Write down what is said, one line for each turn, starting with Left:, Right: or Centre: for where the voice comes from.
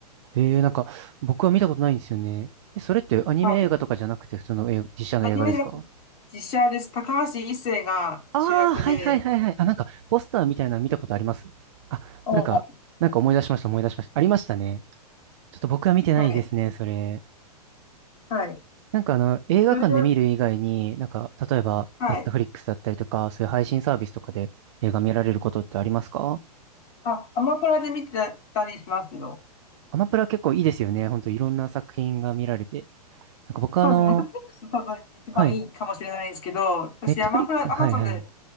Right: ええなんか、僕は見たことないんですよね。え、それってアニメ映画とかじゃなくて普通の映画実写の映画ですか
Left: はい。アニメじゃなくて、実写です。高橋一生が主役で、
Right: ああー、はいはいはいはい。あ、なんか、ポスターみたいなの見たことありますあ、
Left: おー
Right: なんか、なんか思い出しました思い出しました。ありましたね。ちょっと僕は見てないですね、
Left: はい。
Right: それ。
Left: はい。
Right: なんかあの、映画館で見る以外に、
Left: それは、
Right: なんか、例えば、
Left: はい。
Right: ネットフリックスだったりとか、そういう配信サービスとかで映画見られることってありますか
Left: あ、アマプラで見てたりしますよ。
Right: アマプラ結構いいですよね。ほんといろんな作品が見られて。なんか僕はあの、
Left: そうですね。ネットフリックス多分一番いいかもしれないんですけど、
Right: はい。
Left: 私、
Right: ネットフリックス、
Left: アマプラ、
Right: はいはい。
Left: アマゾンで